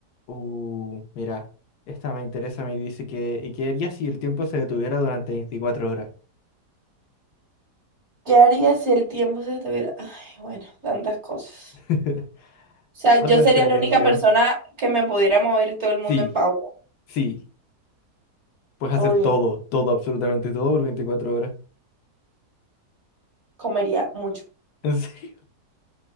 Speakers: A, on the left; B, on the right.
A: Uh, mira, esta me interesa, me dice que, ¿y qué harías si el tiempo se detuviera durante veinticuatro horas?
B: ¿Qué harías si el tiempo se detuviera? Ay, bueno, tantas cosas.
A: <laughs>
B: O sea,
A: Algo
B: yo sería
A: entretenido.
B: la única persona que me pudiera mover y todo el mundo
A: Sí,
B: en pausa.
A: sí, puedes
B: Uy,
A: hacer todo, todo, absolutamente todo por 24 horas.
B: comería mucho.
A: ¿En serio?